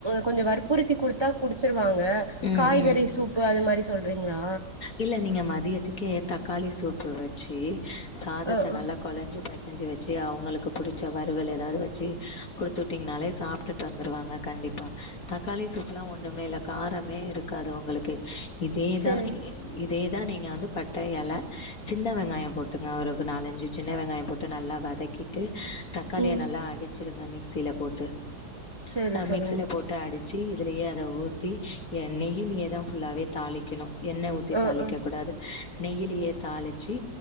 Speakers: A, on the right; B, on the left.
A: கொஞ்சோ வற்புறுத்தி குடுத்தா குடுச்சிருவாங்க
B: ம்,
A: காய்கறி
B: ம்.
A: சூப் பு அது மாரி சொல்றீங்ளா
B: இல்ல நீங்க மதியத்துக்கே தக்காளி சூப்பு வச்சு சாதத்த
A: ஆ ஆ
B: நல்லா கொலஞ்சி பெசஞ்சி வச்சி அவங்களுக்கு பிடிச்ச வறுவல் ஏதாவது வச்சி குடுத்துட்டீங்னாலே சாப்ட்டு வந்துருவாங்க கண்டிப்பா தக்காளி சூப்லா ஒண்ணுமே இல்ல காரமே இருக்காது அவங்களுக்கு இதே
A: சேரி
B: தா இதேதா நீங்க வந்து பட்ட எல சின்ன வெங்காயோ போட்டுங்க ஒரு நாலஞ்சு சின்ன வெங்காயோ போட் டு நல்லா வதக்கிட்டு தக்காளிய
A: ம்
B: நல்லா அடிச்சிருங்க மிக்சில போட்டு
A: சேரி
B: ஆ
A: சரிங்க
B: மிக்சில போட் டு அடிச்சி இதுலயே அத ஊத்தி நெய்யிலியே தா ஃபுல்லாவே தாளிக்கணு எண்ணெ ஊத்தி
A: ஆ
B: தாளிக்க
A: ஆ
B: கூடாது நெய்யிலயே தாளிச்சி